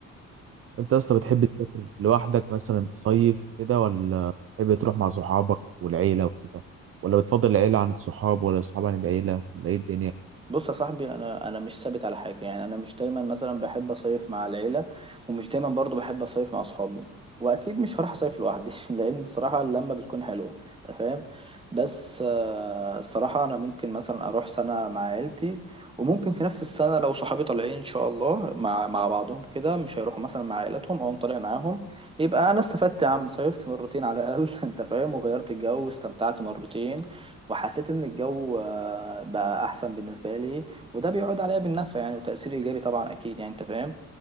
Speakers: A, on the right (about 50°); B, on the right (about 15°).
A: انت اصلا بتحب تسافر لوحدك مثلا صيف كده ولا بتحب تروح مع صحابك والعيله وكده ولا بتفضل العيله عن الصحاب ولا الصحاب عن العيله ولا ايه الدنيا
B: بص يا صاحبي انا انا مش ثابت على حاجه يعني انا مش دايما مثلا بحب اصيف مع العيله ومش دايما برضو بحب اصيف مع اصحابي واكيد مش هروح اصيف لوحدي <laughs> لان الصراحه اللمه بتكون حلوه انت فاهم بس آه، الصراحه انا ممكن مثلا اروح سنه مع عيلتي وممكن في نفس السنه لو صحابي طالعين ان شاء الله مع مع بعضهم كده مش هيروحوا مثلا مع عائلتهم او طالع معاهم يبقى انا استفدت يا عم صيفت مرتين على الاقل <laughs> انت فاهم وغيرت الجو واستمتعت مرتين وحسيت ان الجو آه، بقى احسن بالنسبه لي وده بيعود عليا بالنفع يعني وتاثير ايجابي طبعا اكيد يعني انت فاهم